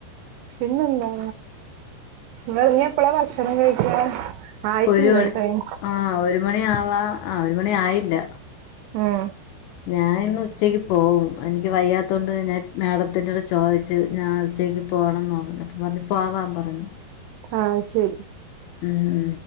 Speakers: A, on the right; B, on the left.
A: പിന്നെന്താ ഇെറങ്ങ എപ്പഴാ ഭക്ഷണം കഴിക്കാ ആയിട്ടില്ല
B: ഒരു മണി
A: ടൈം
B: ആഹ ഒരു മണി ആവാ ആ ഒരു മണി ആയില്ല
A: ആം
B: ഞാൻ ഇന്ന് ഉച്ചക്ക് പോകും എനിക്ക് വയ്യാത്തൊണ്ട് ഞാൻ മാേഡത്തിന്റെടെ ചോദിച്ചു ഞാൻ ഉച്ചേക്ക് പോകണംന്ന് പറഞ്ഞു അപ്പൊ പറഞ്ഞു പോവാൻ പറഞ്ഞു
A: ആഹ ശരി
B: ഉം